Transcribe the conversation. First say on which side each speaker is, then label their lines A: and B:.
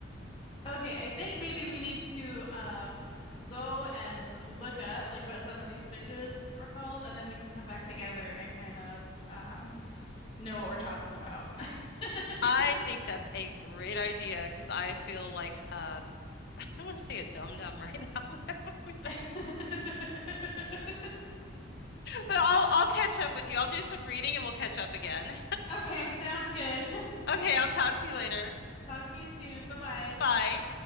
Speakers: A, on the left; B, on the left.
A: Okay, I think maybe we need to um go and look up like what some of these stitches are called, and then we can come back together and kind of um know what we're talking about. <laughs>
B: I think that's a great idea because I feel like um I don't want to say a dum dum right now, <laughs> but I don't mean
A: <laughs>
B: that. But I'll I'll catch up with you. I'll do some reading and we'll catch up again.
A: okay, sounds good.
B: Okay, I'll talk to you later.
A: <laughs> Talk to you soon. Bye bye.
B: Bye.